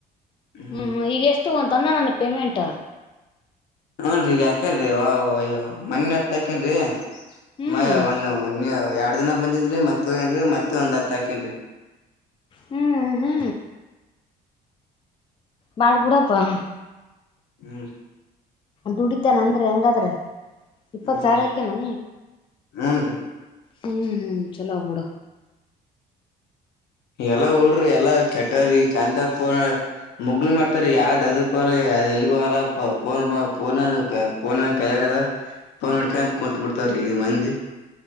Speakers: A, on the left; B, on the left.
A: ಹ್ಮ್
B: ಹು ಹು ಈಗ ಎಷ್ಟ ಷ್ಟು ಒಂದ ತಂದಾನನ ಪೇಮೆಂಟ್
A: ಹುನಡ್ರಿ ಈಗ ಹಾಕೇನ್ ರಿ ಅವಾ ಮನ್ನೆ ಹತ್ತ ಹಾಕ್ಯಾನ್ ರಿ
B: ಹ್ಮ್
A: ಮೈ ಮನ್ನೆ ಒನ್ಯ ಅನ್ಯ ಎರಡ್ ದಿನಾ ಬಂದಿದ್ದ ರಿ ಮತ್ತ ಹೋಗ್ಯಾನ್ ರಿ ಮತ್ತ ಒಂದ್ ಹತ್ತ ಹಾಕೇನ್ರಿ
B: ಹು ಹು ಮಾಡಬಿಡಪ್ಪಾ
A: ಹು ರಿ
B: ದುಡಿತಾನ್ ಅಂದ್ರಿ ಹಂಗಂದ್ರ ಇಪ್ಪತ
A: ಹ್ಮ್
B: ಸಾವಿರಾ ಹಾಕ್ಯನೇನು
A: ಹೂನ್ರಿ
B: ಹು ಹು ಚಲೋ ಬಿಡ
A: ಎಲ್ಲ ಹುಡ್ರ ಎಲ್ಲ ಕೆಟ್ಟವರಿ ಚಂದ ಫೋನ್ ಮುಗ್ಲು ಮಾಡ್ತಾರರಿ ಯಾವ್ದ ದಲ ಹೋಗಲ್ಲಾ ಎಲ್ಲಿಗು ಹೋಗಲ್ಲ ಫೋನ ಪೋನ್ ಕೈಯಾಗ ಅದ ಪೋನ್ ಹಿಡ್ಕೊಂಡ ಕೂತ್ ಬಿಡ್ತಾರರಿ ಇಗ ಮಂದಿ